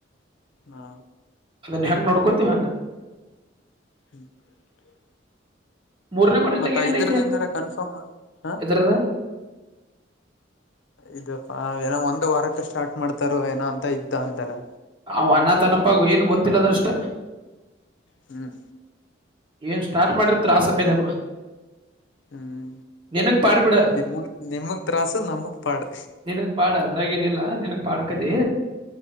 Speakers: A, on the left; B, on the right.
A: ಹಾ
B: ಅದನ್ನ ಹೆಂಗ ನೋಡ್ ಕೊತ್ತಹಂಗ
A: ಹ್ಮ್ <inaudible>
B: ಮೂರನೇ ಮಾಡಲ್ದಾಗ
A: ಮತ್ತ
B: ಏನೇನೈತಿ
A: ದಿಂದ್ರ ದಿಂದಾರ ಕನ್ಫರ್ಮ್ ಹ
B: ಎದ್ರದ
A: ಇದಪ್ಪಾ ಏನೋ ಒಂದ್ ವಾರಕ್ಕ ಸ್ಟಾರ್ಟ್ ಮಾಡ್ತಾರ ಏನೋ ಅಂತ ಇದ್ದ ಅಂತೆಲ್ಲ
B: ಅವ ಅನಾ ತನಪ್ಪಾಗ ಏನು ಗೊತ್ತಿಲ್ಲದಷ್ಟ
A: ಹ್ಮ್
B: ಏನ್ ಸ್ಟಾರ್ಟ್ ಮಾಡ್ರ ತಾಸಕೈತಪ್ಪ
A: ಹ್ಮ್
B: ನಿನಗ್ ಪಾಡ್ಬಿಡ
A: ನಿಮಗ್ ನಿಮಗ್ ತ್ರಾಸು ನಮಗ್ ಪಾಡು
B: ನಿನಗ್ ಪಾಡ ಅದ್ರಾಗೇನಿಲ್ಲ <inaudible> ನನಗ್ ಪಾಡಕದ
A: ಹ್ಮ್